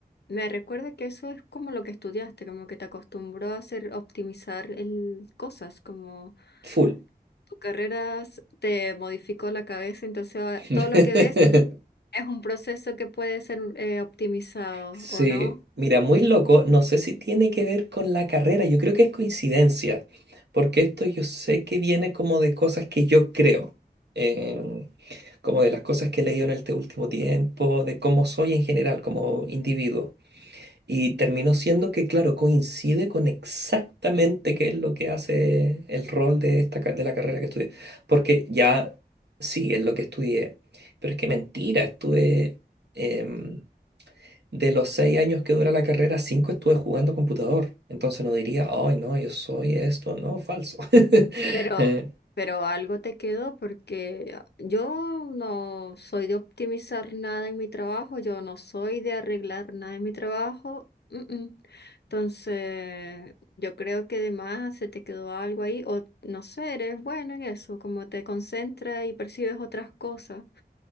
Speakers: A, on the left; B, on the right.
A: me recuerda que eso es como lo que estudiaste, como que te acostumbró a hacer, a optimizar el, cosas, como
B: Full.
A: tu carrera s- te modificó la cabeza, entonces ahora
B: <laughs>
A: todo lo que ves es un proceso que puede ser eh, optimizado,
B: Sí,
A: ¿o no?
B: mira, muy loco. No sé si tiene que ver con la carrera. Yo creo que es coincidencia, porque esto yo sé que viene como de cosas que yo creo, em, como de las cosas que he leído en este último tiempo, de cómo soy en general, como individuo. Y terminó siendo que, claro, coincide con exactamente qué es lo que hace el rol de, esta, ca- de la carrera que estudié. Porque ya sí, es lo que estudié. Pero es que mentira, estuve em, de los seis años que dura la carrera, cinco estuve jugando computador. Entonces no diría, ay, no, yo soy esto. No, falso. <laughs>
A: Pero,
B: Eh,
A: pero algo te quedó porque ah, yo no soy de optimizar nada en mi trabajo, yo no soy de arreglar nada en mi trabajo. mm, mm. Entonces, yo creo que además se te quedó algo ahí, o no sé, eres bueno en eso, como te concentras y percibes otras cosas.